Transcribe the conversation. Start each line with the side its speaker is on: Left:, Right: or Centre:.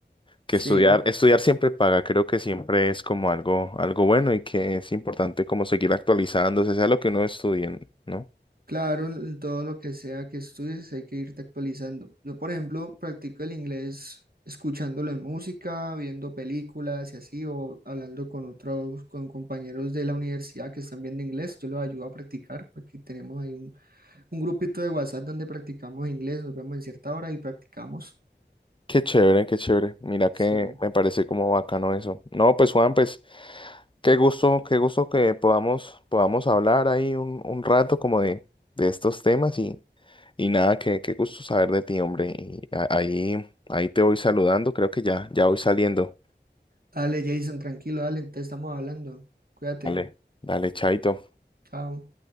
Left: que
Right: sí,
Left: estudiar,
Right: aun-
Left: estudiar siempre paga, creo que siempre es como algo, algo bueno y que es importante como seguir actualizándose, sea lo que uno estudie, ¿no?
Right: claro, en todo lo que sea que estudies hay que irte actualizando. Yo, por ejemplo, practico el inglés escuchándolo en música, viendo películas y así, o hablando con otros, con compañeros de la universidad que están viendo inglés, yo los ayudo a practicar, porque tenemos ahí un, un grupito de WhatsApp donde practicamos inglés, nos vemos en cierta hora y practicamos.
Left: Qué chévere, qué chévere. Mira que
Right: Sí.
Left: me parece como bacano eso. No, pues Juan, pues qué gusto, qué gusto que podamos, podamos hablar ahí un, un rato como de, de estos temas y, y nada, qué, qué gusto saber de ti, hombre. Y a- ahí, ahí te voy saludando, creo que ya, ya voy saliendo.
Right: Dale, Jason, tranquilo, dale, te estamos hablando. Cuídate.
Left: Dale, dale, chaito.
Right: Chao.